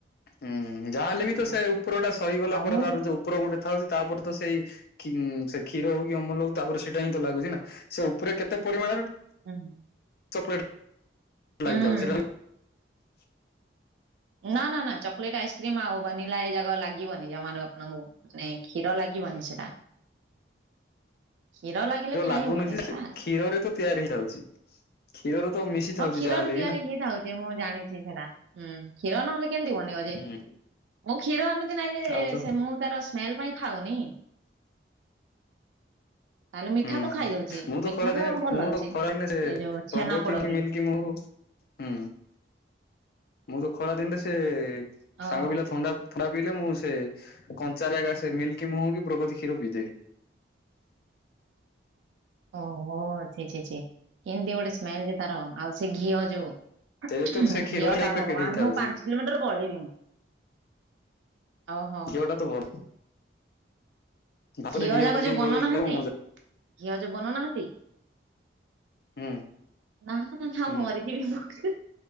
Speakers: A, on the left; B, on the right.
A: ହୁଁ ଯାହାହେଲେ ବି
B: ହଁ
A: ତ ସେ ଉପର ଟା ସହିଗଲା
B: ଅମୁଲ
A: ପରେ ତାର ଯୋଉ ଉପର ଗୋଟେ ଥାଉଛି ତାପରେ ତ ସେଇ ସେ କ୍ଷୀର ହଉ କି ଅମଲୁ ହଉ ତାପରେ ସେଇଟା ହିଁ ତ ଲାଗୁଛି ନା ସେ ଉପରେ କେତେ ପରିମାଣରେ
B: ହୁଁ।
A: ଚଲେଟ ଲାଗିଥାଉ
B: ହୁଁ
A: ସେଟା ହେଲା।
B: ହୁଁ ନା ନା ନା ଚକଲେଟ ଆଇସ୍କ୍ରିମ ଆଉ ବନିଲା ଏ ଯାକ ଲାଗିବନି ଜମାରୁ ଆପଣଙ୍କୁ ମାନେ କ୍ଷୀର ଲାଗିବ ଜି ବନି ସେଟା। କ୍ଷୀର ଲାଗିଲେ ଖାଇ
A: ଲାଗୁନି
B: ହବନି
A: ଯେ
B: ସେଟା।
A: କ୍ଷୀରରେ ତ ତିଆରି ହେଇଥାଉଛି। କ୍ଷୀରରେ ତ ମିଶି ଥାଉଛି
B: ହଁ କ୍ଷୀରରେ
A: ଯାହାହେଲେ
B: ତିଆରି
A: ବି ନା
B: ହେଇଥାଉଛି ମୁଁ ଜାଣିଛି ସେଟା ହୁଁ କ୍ଷୀର ନହେଲେ କେମିତି ବନେଇ ବ ଜେ?
A: ହୁଁ
B: ମୁଁ କ୍ଷୀର ଏମିତି ନାଇଁ ଯେ
A: ଆଉ ତ
B: ସେ ମୁଁ ତାର ସ୍ମେଲ ପାଇଁ ଖାଉନି। ତାହେଲେ ମିଠା
A: ହୁଁ
B: ତ
A: ହୁଁ
B: ଖାଇଦଉଛି
A: ମୁଁ ତ
B: ମିଠା
A: ଖରାଦିନେ
B: ଭଲ
A: ମୁଁ
B: ଲାଗୁଛି।
A: ତ ଖରା ଦିନେ ସେ
B: ଏଇ ଯୋଉ ଛେନା
A: ପ୍ରଗତି
B: ପୋଡ ବି
A: ମିଲକି ମୁଁ ହୁଁ ମୁଁ ତ ଖରା ଦିନରେ ସେ ସାଙ୍ଗ
B: ଓହୋ
A: ପିଲା ଥଣ୍ଡା ଥଣ୍ଡା ପିଇଲେ ମୁଁ ସେ କଞ୍ଚାରା ଏକା ସେ ମିଲକି ମୁହଁ କି ପ୍ରଗତି କ୍ଷୀର ପିଇ ଦେବି।
B: ଓହୋ ଛି ଛି ଛି କେମତି ଗୋଟେ ସ୍ମେଲ ଯେ ତାର ଆଉ ସେ ଘିଅ ଯୋଉ
A: ସେ
B: ଘିଅ
A: ତ ସେ କ୍ଷୀର ଯାଇ
B: ଟା
A: ପ୍ୟାକେଟ
B: ଭଗବାନ
A: ହେଇଥାଉଛି
B: ମୁଁ ପାଞ୍ଚ କିଲୋମିଟର ପଳେଇବି ମୁଁ। ଓହୋ।
A: ଘିଅଟା ତ ଭଲ। ଭାତରେ
B: ଘିଅ ଯାକ
A: ପକେଇକି
B: ଯୋଉ ବନଉନାହାନ୍ତି
A: ଗୋଳେଇ ଖାଇବ ମଜା।
B: ଘିଅ ଯୋଉ ବନଉନାହାନ୍ତି।
A: ହୁଁ
B: ନା ନା ନା ଥାଉ
A: ହୁଁ
B: ମରି ଯିବି ମୁଁ।